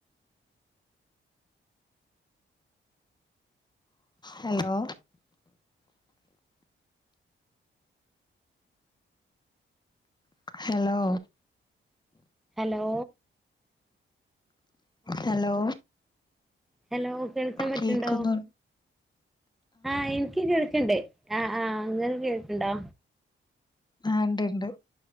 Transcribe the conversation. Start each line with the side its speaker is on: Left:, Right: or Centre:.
Left: hello hello
Centre: hello
Left: hello
Centre: hello കേൾക്കാൻ പറ്റ്ണ്ടോ
Left: കേക്കുന്നു
Centre: ആഹ് ഇൻക്ക് കേൾക്കണ്ട് ആഹ് ആഹ് ഇങ്ങക്ക് കേൾക്ക്ണ്ടോ?
Left: ആഹ് ഇണ്ട് ഇണ്ട്